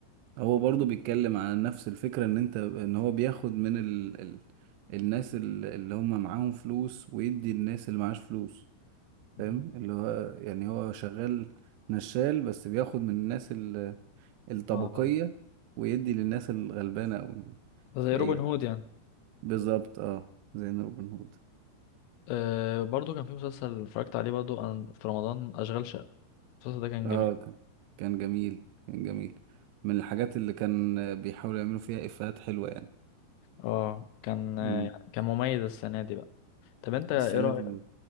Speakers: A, on the right; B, on the left.
A: هو برضو بيتكلم عن نفس الفكرة ان انت ان هو بياخد من ال... ال... الناس ال- اللي هم معاهم فلوس ويدي الناس اللي معاش فلوس
B: <laughs> مهم.
A: فاهم اللي هو يعني هو شغال نشال بس بياخد من الناس ال... الطبقية
B: اه
A: ويدي للناس الغلبانة او
B: ده زي
A: الفقيرة
B: روبن هود يعني
A: بالظبط اه زي روبن هود
B: أه برضو كان في مسلسل اتفرجت عليه برضو أن- في رمضان أشغال شقة المسلسل ده كان
A: اه
B: جميل
A: كان كان جميل كان جميل من الحاجات اللي كان بيحاولوا يعملوا فيها افيهات حلوة يعني
B: اه كان آه،
A: امم
B: كان مميز السنة دي بقى طب انت ايه
A: السنة
B: رايك
A: دي